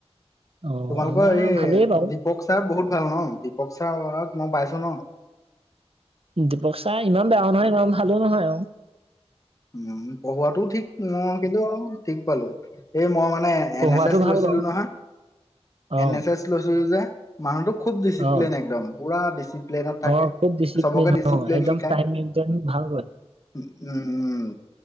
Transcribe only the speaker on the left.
তোমালোকৰ
এই
দপক ছাৰ বহুত ভাল ন দীপক চাৰ। অহক মই পাইছো ন।
উম পঢ়োৱাতটো ঠিক অ কিন্তু ঠিক পালো। এই মই মানে
এন এছ এছ
লৈছিলো
নহয়।
এন এছ এছ লৈছিলো যে মানুহতো খুব ডিচিপ্লিন
একদম পুৰা ডিচিপ্লনত থাকে।
চবকে ডিচিপ্লিন
শিকায়
উম উম